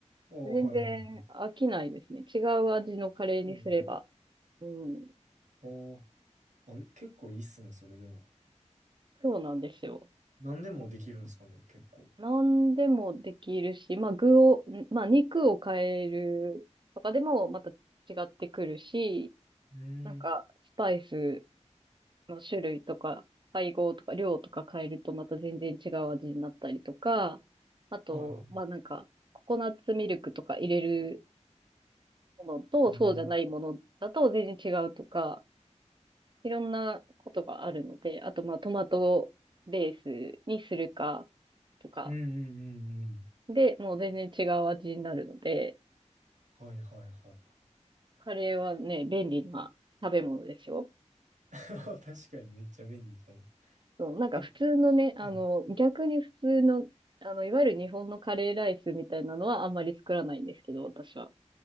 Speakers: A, on the right; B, on the right.
A: おお、
B: 全然飽きないですね。
A: はいは
B: 違う味のカレーにすれば。
A: い。うん。
B: うん。
A: おあ、結構いいっすね、それでも。
B: そうなんですよ。
A: 何でもできるんですかね、
B: なんか
A: 結構。
B: 何でもできるし、まあ具を、んまあ肉を変えるとかでもまた違ってくるし、
A: うん。
B: なんかスパイスの種類とか配合とか量とか変えるとまた全然違う味になったりとか、あと、
A: はいは
B: まあなんかココナッツミルクとか入れるものとそうじゃないものだと全然違うとか、
A: い。ええ
B: いろんなことがあるので、あとまあトマトベースにするか、とか、
A: うんうんうんうん。
B: で、もう全然違う味になるので、
A: はいはいはいは
B: カレーはね、便利な食べ物でしょ
A: い。<laughs> 確かにめっちゃ便利かも。
B: そう、なんか普通のね、
A: え、
B: あの、
A: はい。
B: 逆に普通の、あの、いわゆる日本のカレーライスみたいなのはあんまり作らないんですけど、私は。